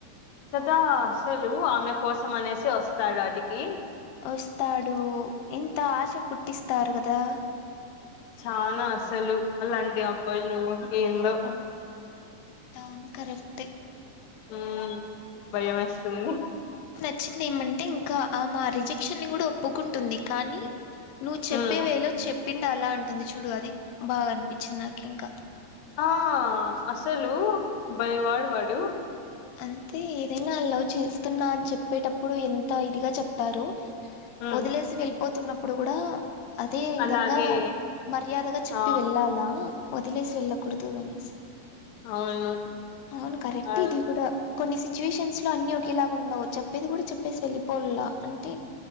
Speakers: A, on the left; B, on the left.
A: కదా అసలు ఆమె కోసం అనేసి వస్తాడు ఆడికి
B: వస్తాడు ఇంత ఆశ పుట్టిస్తారు కదా
A: చానా అసలు అలాంటి అబ్బాయిలు ఏందో
B: అవున కరెక్ట్
A: ఉ భయం వేస్తుంది
B: వచ్చింది ఏమంటే ఇంకా మా రిజెక్షన్ ని కూడా ఒప్పుకుంటుంది కానీ నువ్వు చెప్పే
A: ఉమ్
B: వేలో చెప్పిండు అలా అంటుంది చూడు అది బాగా అనిపించింది నాకు ఇంకా
A: ఆ అసలు భయవాడు వాడు
B: అంతే ఏదైనా అ లవ్ చేస్తున్నా అని చెప్పేటప్పుడు ఎంత ఇదిగా చెప్తారు
A: ఉమ్
B: వదిలేసి వెళ్ళిపోతున్నప్పుడు కూడా అదే విధంగా
A: అలాగే
B: మర్యాదగా చెప్పి
A: ఆ
B: వెళ్ళాలా వదిలేసి వెళ్ళకూడదు అనేసి
A: అవును
B: అవును కరెక్ట్
A: ఆ
B: ఇది కూడా కొన్ని సిచ్యువేషన్స్ లో అన్ని ఒకేలాగా ఉండవు చెప్పేది కూడా చెప్పేసి వెళ్ళిపోలా అంటే